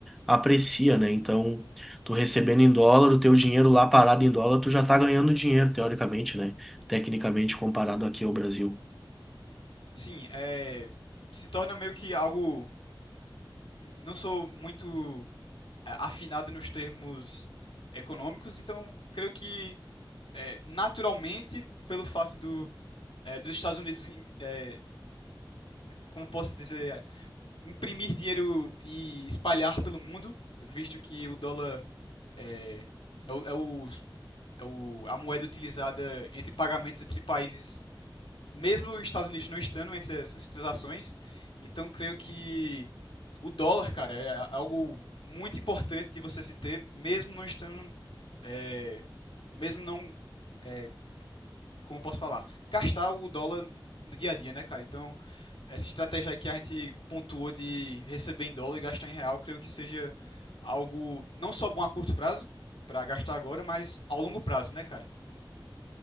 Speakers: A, in the centre; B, on the left.
A: aprecia, né? Então, tu recebendo em dólar, o teu dinheiro lá parado em dólar, tu já tá ganhando dinheiro, teoricamente, né? Tecnicamente, comparado aqui ao Brasil.
B: Sim, é, se torna meio que algo não sou muito é, afinado nos termos econômicos. Então, creio que é, naturalmente, pelo fato do, é, dos Estados Unidos, é, como posso dizer, imprimir dinheiro e espalhar pelo mundo, visto que o dólar é, é, o, é, o, é o, a moeda utilizada entre pagamentos entre países mesmo os Estados Unidos não estando entre essas transações, então creio que o dólar, cara, é algo muito importante de você se ter, mesmo não estando, é, mesmo não, é, como eu posso falar, gastar o dólar no dia a dia, né, cara? Então, essa estratégia aí que a gente pontuou de receber em dólar e gastar em real, creio que seja algo não só bom a curto prazo, para gastar agora, mas ao longo prazo, né, cara?